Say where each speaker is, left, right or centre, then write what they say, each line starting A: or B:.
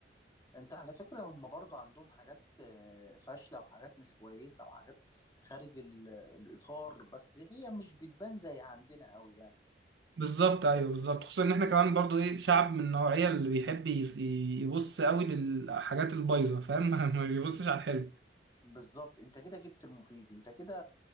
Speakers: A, on the left (about 20°); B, on the right (about 70°).
A: انت على فكره هم برضو عندهم حاجات آه، فاشله وحاجات مش كويسه وحاجات خارج ال- الاطار بس هي مش بتبان زي عندنا قوي يعني
B: بالظبط ايوه بالظبط خصوصا ان احنا كمان برضو ايه شعب من النوعيه اللي بيحب يس- يبص قوي للحاجات البايظه فاهم <laughs> ما بيبصش على الحلو
A: بالظبط انت كده جبت المفيد انت كده